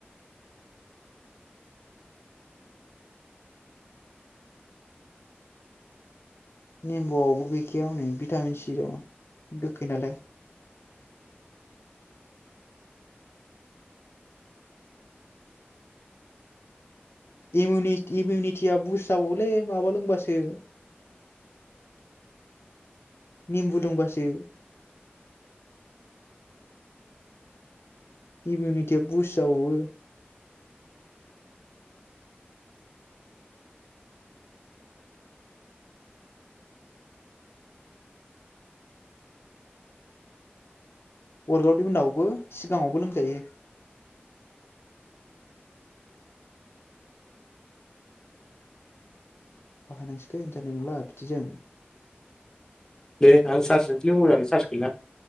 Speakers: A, on the left; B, on the left.
A: नेम्बुआवबो गैखाया हनै भिटामिन सि दं गोखै नालाय। इमिउनिटि-इमिउनिटिया बुस्ट जाबावलै माबा लोंबासो निमबु लोंबासो इमिउनिटिया बुस्ट जाबावो। वरक आवटनि उनावबो सिगाङावबो लोंजायो। बाहायनांसिगोन जानाय नंला बिदिजों।
B: दे आं सार्स होनोसैलै मबाइलआनो सार्स गैला।